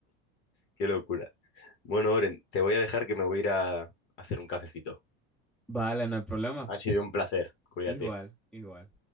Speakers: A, on the left (about 35°); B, in the centre.
A: Qué locura. Bueno, Oren, te voy a dejar que me voy a ir a hacer un cafecito.
B: Vale, no hay problema.
A: Ha sido un placer. Cuídate.
B: Igual, igual.